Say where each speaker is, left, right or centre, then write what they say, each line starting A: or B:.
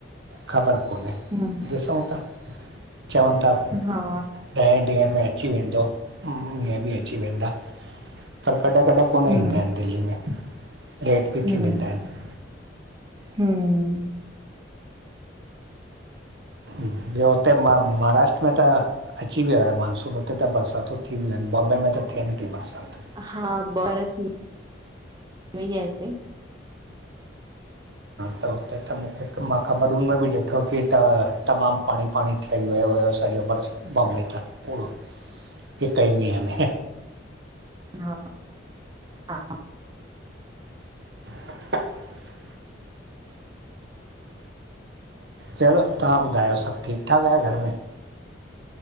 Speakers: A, on the right; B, on the right.
A: ख़बर कोन्हे।
B: हूं।
A: ॾिसउ था, चवनि ता
B: हा।
A: ॾह ॾींहंनि में अची वेंदो, ईअं बि अची वेंदा, पर कॾहिं कॾहिं कोन ईंदा
B: हम्म
A: आहिनि दिल्ली में लेट बि
B: हम्म
A: थी वेंदा आहिनि
B: हम्म,
A: ॿियो हुते महाराष्ट्र में त अची वियो आहे मानसून, हुते त बरसातूं थी वियूं आहिनि, बॉम्बे में त थियनि थी बरसाति।
B: हा बर थी वयी आहे हिते। <inaudible>
A: त हुते त मूंखे मां ख़बरुनि में बि ॾिठो की त तमामु पाणी पाणी ठही वियो हुयो सॼो बरस बॉम्बे त पूरो हिकु ई मींहं में।
B: हा हा।
A: <inaudible> चलो तव्हां ॿुधायो सभु ठीकु ठाक आहे घर में?